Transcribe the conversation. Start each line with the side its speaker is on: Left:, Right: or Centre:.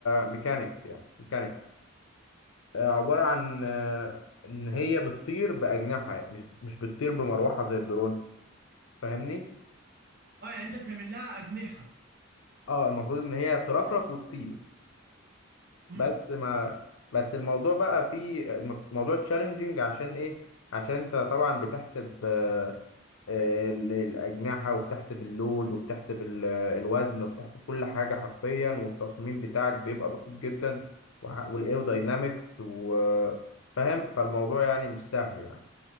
Left: ميكانيكس يعني ميكانيكس آه، عبارة عن آه، إن هي بتطير بأجنحة مش مش بتطير بمروحة زي الدرون فاهمني؟
Right: اه يعني انت بتعمل لها اجنحة
Left: اه المفروض إن هي ترفرف وتطير
Right: امم
Left: بس ما بس الموضوع بقى فيه موضوع تشالنجينج عشان ايه عشان انت طبعا بتحسب آه، آه، ال- الاجنحه وبتحسب اللود وبتحسب ال- الوزن وبتحسب كل حاجه حرفيا والتصميم بتاعك بيبقى دقيق جدا وع- والايروداينامكس وفاهم فالموضوع يعني مش سهل يعني